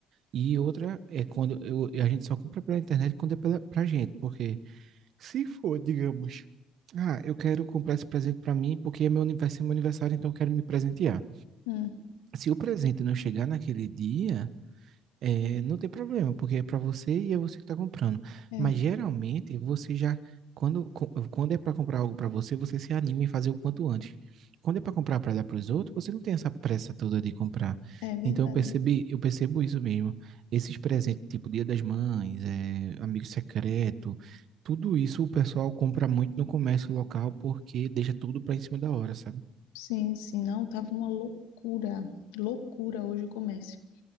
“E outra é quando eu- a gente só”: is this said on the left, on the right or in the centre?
Right